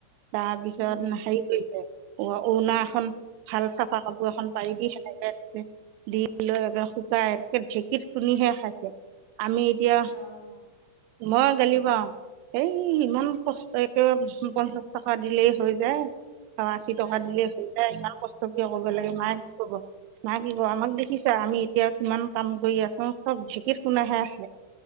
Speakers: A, on the right; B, on the left.
A: তাৰ পিছত
B: উম
A: হেৰি কৰিছে উৰ্ণা এখন ভাল চাফা কাপোৰ এখন পাৰি দি সেনেকে দি লৈ শুকাই একে ঢেঁকীত খন্দিহে খাইছে। আমি এতিয়া
B: অ'
A: মই গালি পৰো, এই ইমান কষ্ট একেবাৰে পঞ্চাচ টকা দিলেই হৈ যায় আশী
B: হয়
A: টকা দিলে হৈ যায় কষ্ট কিয় কৰিব
B: হয়
A: লাগে। মায়ে কব <unintelligible> আমাক দেখি আমি এতিয়া কিমান কাম কৰি আছো, চব ঢেঁকীত শুনাহে